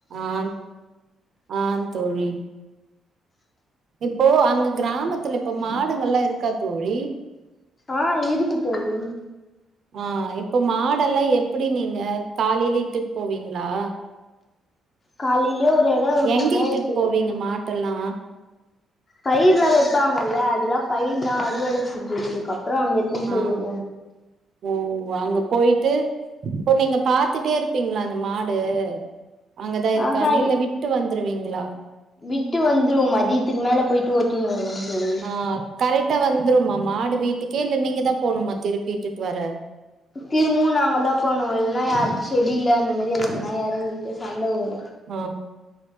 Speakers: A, on the right; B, on the left.
A: ஆ ஆ தோழி இப்போ அங் கிராமத்துல இப்ப மாடுங்கல்லா இருக்கா தோழி
B: ஆ இருக்கு தோழி
A: ஆ இப்போ மாடெல்லா எப் டி நீங்க கலேலேட்டு போவீங்களா
B: கலேலே ஒரு இடம் இருக்கும்
A: எங்க
B: மேயத்துக்குனு
A: இட்டுட்டு போவீங்க மாட்டெல்லா
B: பயிரர்லா வைப்பாங்கல்ல அதெல்லா பயிரலா அறுவட செஞ்சுதுக்க அப்றோ அங்கேத்னு போய்
A: ஆ
B: விடுவோ
A: ஓ அங்க போயிட்டு இப்ப நீங்க பாத்துட்டே இருப்பீங்களா அந்த ம மாடு அங்கதா இருக்கானு
B: ஆஹா
A: இல்ல விட்டு வந்துருவீங் இலா
B: விட்டு வந்துருவோ மதியத்துக்கு மேல போயிட்டு ஓட்டினு வருவோ தோழி
A: ஆ கரட்ட வந் வந்துருமா மாடு வீட்டுக்கே இல்ல நீங்க தா போணுமா திருப்பிட்டுட்டு வர
B: திரும்பும் நாங்க தா போனோ இல்லனா யார் செடியில அந்த மாரி அங்கலா இறங்கிட்டு சண்ட வரு
A: ம்